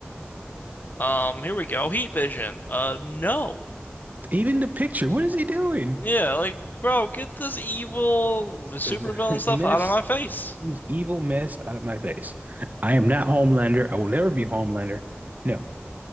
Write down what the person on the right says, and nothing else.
Even the picture. What is he doing?
Ugh,
<laughs> mess.
He evil mess out of my face. I am not Homelander. I will never be Homelander. No.